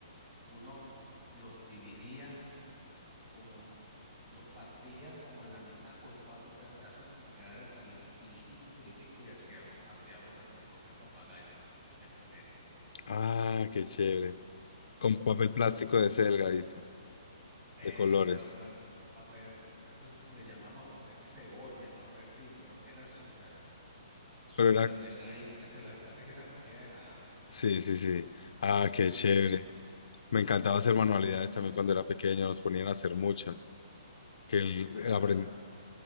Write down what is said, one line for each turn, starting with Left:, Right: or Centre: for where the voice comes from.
Right: uno los dividía como en, los partía como en la mitad o en cuatro pedazos para que quedara el palito finitico, finitico y hacíamos, hacíamos nuestros propios papagayos, nuestras propias cometas.
Left: Ah, qué chévere. Con papel plástico de ese delgadito,
Right: Ese,
Left: de colores.
Right: bueno, pa- papel, no sé cómo le llamamos, papel cebolla, papel sí, pero que era súper súper
Left: Pero era,
Right: delgadito, que se la, casi que se rompía de nada.
Left: sí, sí, sí. Ah, qué chévere. Me encantaba hacer manualidades también cuando era pequeño, nos ponían a hacer muchas. Que el,
Right: Es que no,
Left: aprend-